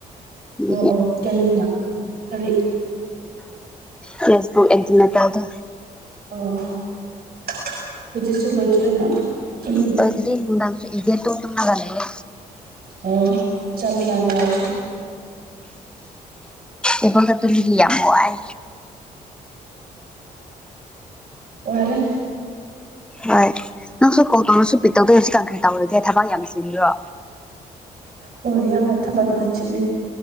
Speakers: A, in the centre; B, on the right.
A: ꯑꯗꯨꯒꯤ
B: ꯑꯣ ꯑꯣ ꯀꯔꯤꯅ ꯀꯔꯤ
A: ꯐꯦꯁꯕꯨꯛ ꯏꯟꯇꯔꯅꯦꯠ ꯑꯕ
B: ꯑꯣ ꯖꯤꯁꯤ ꯂꯣꯏꯗꯨꯔꯅ ꯎ
A: ꯇꯣꯏꯗ꯭ꯔꯤ ꯅꯨꯡꯗꯥꯡꯁꯨ ꯏꯗꯦ ꯇꯨꯝ ꯇꯨꯝꯂꯒ ꯂꯩꯌꯦ
B: ꯑꯣ ꯆ ꯃꯅꯅꯁꯤ
A: ꯎꯝ ꯑꯦꯕ ꯀ ꯑꯗꯨ ꯂ ꯂ ꯌꯥꯝꯃꯥꯏ
B: ꯑꯣꯏꯔ
A: ꯍꯣꯏ ꯅꯪꯁꯨ ꯀꯣ ꯇꯧꯅꯁꯨ ꯄꯤꯠꯇꯧꯗꯣꯏ ꯍꯧꯖꯤꯛ ꯀꯪ ꯀꯔ ꯇꯧꯔꯒꯦ ꯊꯕꯛ ꯌꯥꯝ ꯆꯤꯟꯕ꯭ꯔꯣ
B: ꯍ ꯌꯥꯝ ꯃꯊꯕꯗ ꯅ ꯆ